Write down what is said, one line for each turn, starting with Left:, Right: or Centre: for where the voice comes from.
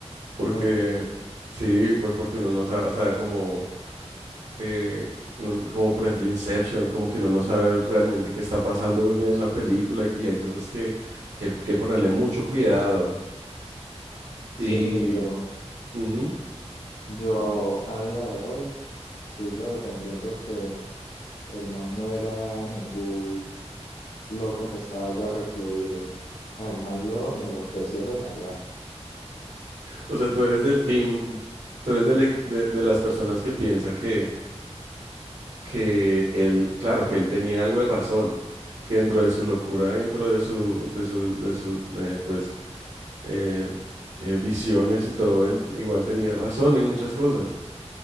Right: porque
Left: Ok,
Right: sí, pues porque uno no sabe, o sea, como... eh, mm, como por ejemplo Inception, como que uno no sabe realmente qué está pasando muy bien en la película y, cu- y hay cosas que, que, que ponerle mucho cuidado.
Left: sí,
Right: Y,
Left: yo,
Right: ujú.
Left: yo a día de hoy sigo defendiendo que el man no era ningún loco que estaba allá recluido. El man lo enloquecieron allá.
Right: O sea, tú eres del team, tú eres del ec- de, de las personas que piensa que, que él, claro, que él tenía algo de razón, que dentro de su locura, dentro de su, de su, de sus, eh, pues, eh, eh, visiones y todo, él igual tenía razón en muchas cosas.